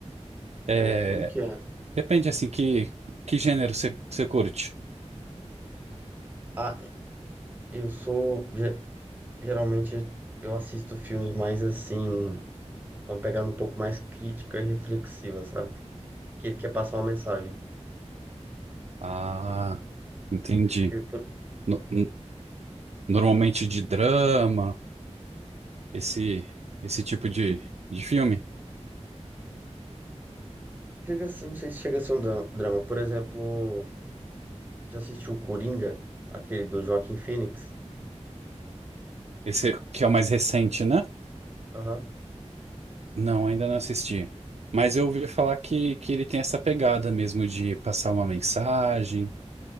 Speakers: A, on the right (about 15°); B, on the right (about 70°).
A: É,
B: É,
A: como que é?
B: depende assim que que gênero você você curte.
A: Ah, eu sou. ge- Geralmente eu assisto filmes mais assim, com uma pegada um pouco mais crítica e reflexiva, sabe? Que quer passar uma mensagem.
B: Ah, entendi.
A: Porque por-
B: No- n- normalmente de drama, esse esse tipo de, de filme.
A: chega a ser- não sei se chega a ser um dra- drama. Por exemplo. Já assistiu o Coringa, aquele do Joaquin Phoenix?
B: Esse que é o mais recente, né?
A: Aham.
B: Não, ainda não assisti. Mas eu ouvi falar que que ele tem essa pegada mesmo de passar uma mensagem.